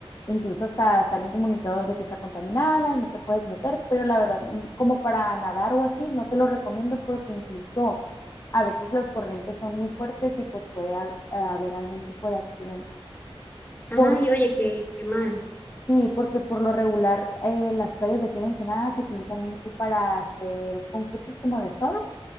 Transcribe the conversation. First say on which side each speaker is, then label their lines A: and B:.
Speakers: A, on the left (about 35°); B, on the left (about 20°).
A: incluso hasta salen comunicados de que está contaminada y no te puedes meter, pero la verdad, mm, como para nadar o así, no te lo recomiendo porque incluso a veces las corrientes son muy fuertes y pues puede ha- haber algún tipo de accidente.
B: Ay,
A: Por
B: oye, qué, qué mal.
A: Sí, porque por lo regular eh, las playas de aquí en Ensenada se utilizan mucho para hacer concursos como de surf.